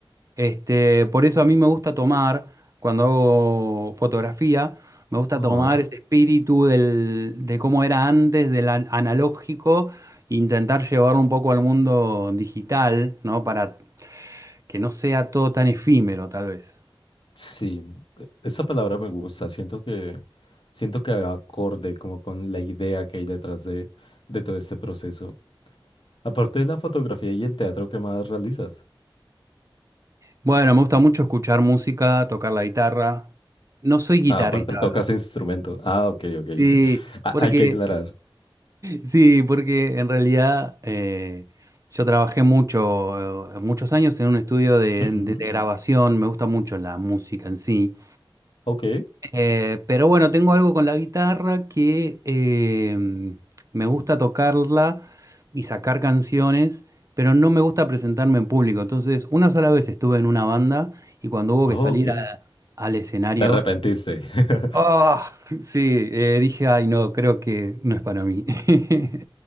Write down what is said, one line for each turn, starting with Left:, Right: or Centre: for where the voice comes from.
Right: Este, por eso a mí me gusta tomar, cuando hago fotografía, me gusta
Left: Ajá.
Right: tomar ese espíritu del- de cómo era antes, del an- analógico, e intentar llevarlo un poco al mundo digital, ¿no? Para que no sea todo tan efímero, tal vez.
Left: Sí, e- esa palabra me gusta, siento que siento que haga acorde como con la idea que hay detrás de, de todo este proceso. Aparte de la fotografía y el teatro, ¿qué más realizas?
Right: Bueno, me gusta mucho escuchar música, tocar la guitarra. No soy guitarrista,
Left: Ah, aparte tocas instrumento. Ah, ok, ok.
Right: sí,
Left: <laughs> Ah,
Right: porque
Left: Hay que aclarar.
Right: Sí, porque en realidad eh, yo trabajé mucho, eh, muchos años en un estudio de,
Left: Ujú.
Right: de- de grabación, me gusta mucho la música en sí.
Left: Ok,
Right: Eh, pero bueno, tengo algo con la guitarra que eh, me gusta tocarla y sacar canciones, pero no me gusta presentarme en público. Entonces, una sola vez estuve en una banda y cuando hubo
Left: oh,
Right: que salir
Left: ok.
Right: a- al escenario,
Left: Te arrepentiste, <laughs>
Right: ah, sí, eh, dije, ay, no, creo que no es para mí. <laughs>